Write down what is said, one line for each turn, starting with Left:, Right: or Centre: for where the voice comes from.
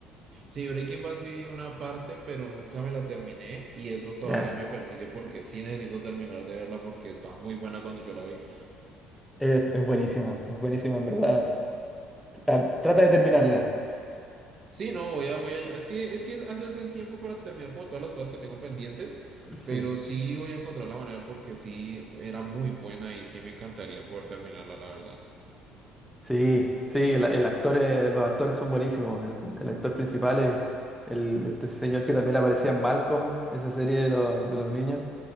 Right: Sí, Breaking Bad sí vi una parte, pero nunca me la terminé y eso todavía
Centre: Ya.
Right: me persigue porque sí necesito terminar de verla porque estaba muy buena cuando yo la vi.
Centre: Es, es buenísima, es buenísima en verdad. Ah, Trata de terminarla.
Right: Sí, no, voy a, voy a, es que, es que es hacerse el tiempo para terminar como todas las cosas que tengo pendientes,
Centre: Sí.
Right: pero sí voy a encontrar la manera porque sí era muy buena y sí me encantaría poder terminarla, la verdad.
Centre: Sí, sí, el, el actor es- los actores son buenísimos. El, el actor principal es el, este señor que también aparecía en Malcolm, esa serie de los, de los niños.